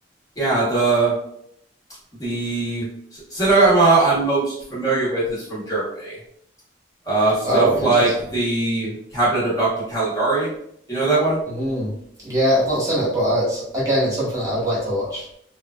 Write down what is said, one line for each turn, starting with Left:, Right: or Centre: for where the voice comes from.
Left: yeah, the the cinema I'm most familiar with is from Germany. Uh, stuff
Right: Oh, interesting.
Left: like the Cabinet of Dr. Caligari. You know that one?
Right: Mm. Yeah, I've not seen it, but uh, it's again, it's something that I would like to watch.